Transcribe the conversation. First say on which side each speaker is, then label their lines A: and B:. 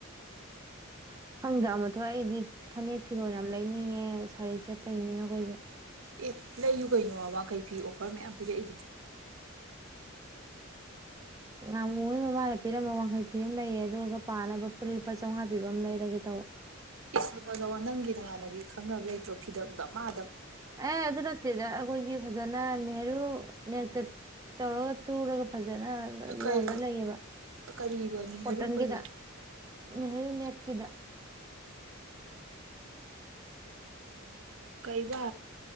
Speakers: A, on the right; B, on the right.
A: ꯑ ꯈꯪꯗ꯭ꯔ ꯃꯊ ꯑꯩꯗꯤ ꯐꯅꯦꯛ ꯐꯤꯔꯣꯜ ꯌꯥꯝ ꯂꯩꯅꯤꯡꯉꯦ ꯁꯥꯔꯤ ꯆꯠꯇꯔꯤꯅꯤꯅꯈꯣꯏꯁꯦ
B: ꯑꯦ ꯂꯩꯌꯨ ꯀꯩꯅꯣ ꯋꯥꯈꯩ ꯐꯤ ꯑꯣꯐꯔ ꯃꯌꯥꯝ ꯄꯤꯔꯛꯏꯗꯨꯗꯤ
A: ꯉꯥꯃꯨꯍꯣꯏ ꯃꯃꯥꯗ ꯄꯤꯔꯝꯝꯕ ꯋꯥꯡꯈꯩ ꯐꯤ ꯑꯃ ꯂꯩꯌꯦ ꯑꯗꯨꯒ ꯄꯥꯅꯕ ꯐꯨꯔꯤꯠ ꯂꯨꯄꯥ ꯆꯥꯝꯃꯉꯥ ꯄꯤꯕ ꯑꯃ ꯂꯩꯔꯒꯦ ꯇꯧꯕ
B: ꯏꯁ ꯂꯨꯄꯥ ꯆꯧꯉꯥ ꯅꯪꯒꯤ ꯅꯃꯥꯟꯅꯕꯤ ꯈꯪꯅꯕ ꯂꯩꯇ꯭ꯔꯣ ꯐꯤꯗꯛꯗꯣ ꯃꯥ
A: ꯑꯦ ꯑꯗꯨ ꯅꯠꯇꯦꯗ ꯑꯩꯈꯣꯏꯒꯤ ꯐꯖꯅꯥ ꯅꯦꯍꯔꯨ ꯅꯦꯛꯇ ꯇꯧꯔꯒ ꯇꯨꯔꯒ ꯐꯖꯅ ꯌꯣꯜꯂ
B: ꯀꯔꯤ
A: ꯂꯩꯌꯦꯕ
B: ꯀꯔꯤꯕ ꯅꯤꯍꯔꯨ
A: ꯀꯣꯇꯟꯒꯗ
B: ꯀꯔꯤ
A: ꯅꯅ ꯀꯗ
B: ꯀꯩꯕꯥ